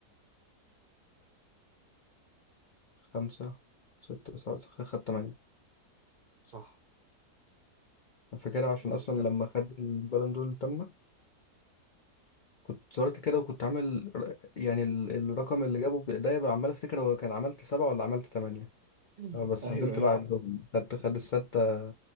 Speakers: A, on the left (about 80°); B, on the right (about 70°).
A: خمسة ستة سبعة خدت تمانية
B: صح
A: أنا فاكرها عشان
B: يعني
A: أصلا
B: إنت-
A: لما خد البالون دور التامنة كنت صورت كده وكنت عامل ر- يعني ال- الرقم اللي جابه بإيديا بقى عمال أفتكر هو كان عملت سبعة ولا عملت تمانية
B: <laughs>
A: آه، بس
B: ايوه
A: فضلت
B: ايوه
A: بقى عندهم خدت خد الستة